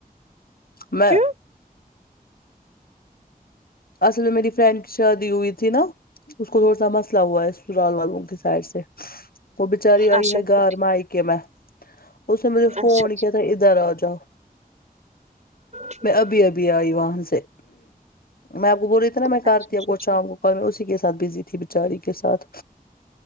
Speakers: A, on the left (about 70°); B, on the right (about 50°).
A: میں
B: کیوں
A: اصل میں میری فرینڈ کی شادی ہوئی تھی نا اس کو تھوڑا سا مسئلہ ہوا ہے سرال والوں کی سائڈ سے وہ بچاری آئی
B: اچھا
A: ہے
B: اچھا
A: گھر
B: ٹھیک
A: میکہ میں اس نے مجھے
B: اچھا
A: فون
B: اچھا
A: کیا تھا ادھر آ جاؤ
B: ٹھیک
A: میں ابھی ابھی بھی آئی وہاں سے میں آپ کو بول رہی تھی نا میں کرتی
B: اچھا اچھا
A: آب کو
B: ٹھیک
A: شام کو کال میں اسی کے ساتھ بزی تھی بچاری کے ساتھ